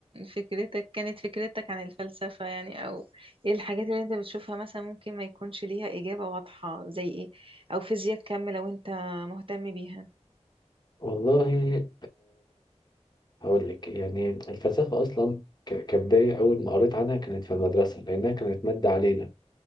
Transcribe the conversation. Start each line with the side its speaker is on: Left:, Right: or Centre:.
Right: فكرتك كانت فكرتك عن الفلسفة يعني أو ايه الحاجات اللي انت بتشوفها مثلا ممكن ما يكونش ليها إجابة واضحة زي ايه أو فيزياء كم لو انت مهتم بيها
Left: والله هقول لك يعني الفلسفة أصلا ك- كبداية أول ما قريت عنها كانت في المدرسة لأنها كانت مادة علينا